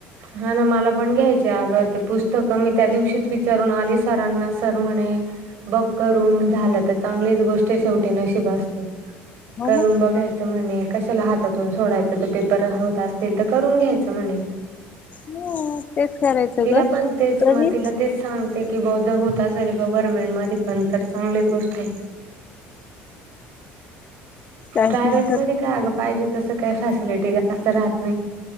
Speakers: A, on the right; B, on the left.
A: हा ना मला पण घ्यायचं ते अगं पुस्तकं मी त्या दिवशीच विचारून आली सरांना सर म्हणे बघ करून झालं तर चांगलीच गोष्ट आहे शेवटी नशीब आसत करून
B: हो मग
A: बघायच. ते म्हणे कशाला हातातून सोडायचं तर पेपर होत असतील तर करून घ्यायचं. म्हणे,
B: हो तेच करायचं
A: तिला
B: ग
A: पण तेच
B: कधी
A: मग तिला तेच सांगते की बहुदा होत असेल तर गव्हर्मेंट मध्ये पण तर चांगलीच गोष्ट आहे.
B: टायपिंगच
A: प्रायव्हेट मध्ये काय अग पाहिजे तसं काही फॅसिलिटी जास्त राहत नाही.